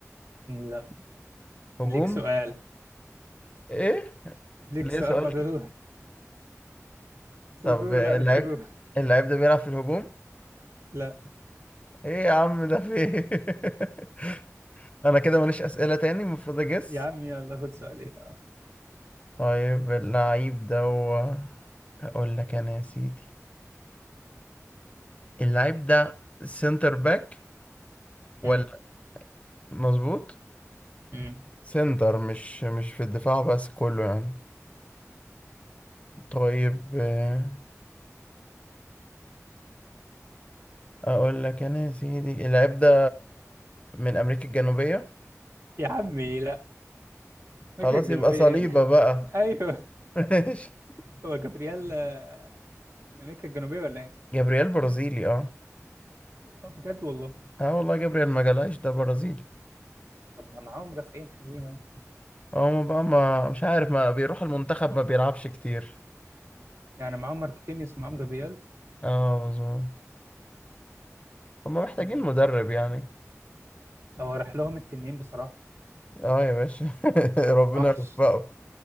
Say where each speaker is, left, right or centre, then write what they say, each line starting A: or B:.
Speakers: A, on the right (about 55°); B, on the left (about 25°).
A: لا
B: هجوم
A: ليك سؤال
B: ايه
A: ليك
B: ليه
A: سؤال
B: سؤال
A: فاضل
B: طب
A: هجوم
B: اللعيب
A: لا مش هجوم
B: اللعيب ده بيلعب في الهجوم
A: لا
B: ايه يا عم ده في إيه؟ <laughs> انا كده ماليش اسئله تاني المفروض اجس
A: يا عم يلا خد سؤالين
B: طيب اللعيب ده هو- اقول لك انا يا سيدي اللعيب ده سنتر باك
A: أمم.
B: ولا مظبوط
A: أمم.
B: سنتر مش مش في الدفاع بس كله يعني طيب آه، اقول لك انا يا سيدي اللاعب ده من امريكا الجنوبية
A: يا عمي لا امريكا
B: خلاص
A: الجنوبية
B: يبقى صليبة
A: ايه
B: بقى
A: ايوه
B: <laughs> ماشي
A: هو جبريال آه، من امريكا الجنوبية ولا ايه
B: جابرييل برازيلي اه
A: اه بجد والله
B: اه والله جابرييل مجالايش ده برازيلي
A: طب ما معاهم مدافعين حلوين اهو
B: هو ما بقى ما مش عارف ما بيروح المنتخب ما بيلعبش كتير
A: يعني معاهم ماركينيوس ومعاهم جابرييل
B: اه مظبوط هما محتاجين
A: يعني
B: مدرب يعني
A: هو راح لهم التنين بصراحة
B: اه يا باشا <laughs> ربنا
A: الوحش
B: يوفقه